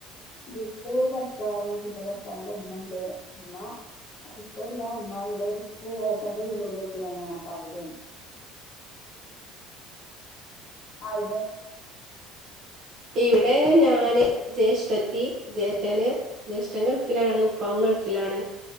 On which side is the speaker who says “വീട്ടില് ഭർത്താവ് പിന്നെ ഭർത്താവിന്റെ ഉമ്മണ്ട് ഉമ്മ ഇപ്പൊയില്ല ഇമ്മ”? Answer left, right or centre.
Left